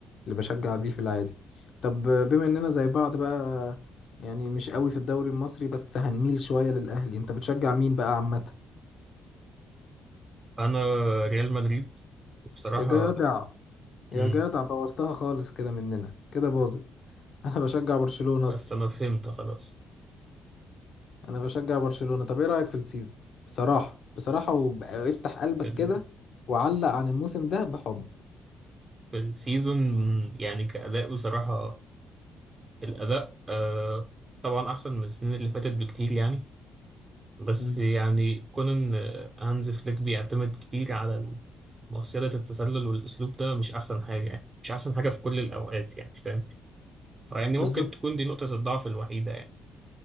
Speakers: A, on the left; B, on the right.
A: اللي بشجع بيه في العادي طب بما إننا زي بعض بقى يعني مش قوي في الدوري المصري بس هنميل شوية للأهلي أنت بتشجع مين بقى عامة
B: أنا ريال مدريد وبصراحة
A: يا جدع يا
B: مم.
A: جدع بوظتها خالص كده مننا كده باظت <laughs> أنا بشجع برشلونة
B: بس
A: أصلا
B: انا فهمت خلاص
A: انا بشجع برشلونة طب ايه رأيك في السيزون بصراحة بصراحة وافتح قلبك
B: بال...
A: كده وعلق عن الموسم ده بحب
B: بالسيزون يعني كأداء بصراحة الأداء آه طبعا أحسن من السنين اللي فاتت بكتير يعني بس
A: مم.
B: يعني كون إن هانز فليك بيعتمد كتير على ال- مصيدة التسلل والأسلوب ده مش أحسن حاجة يعني مش أحسن حاجة في كل الأوقات يعني فاهم فيعني
A: بالظبط
B: ممكن تكون دي نقطة الضعف الوحيدة يعني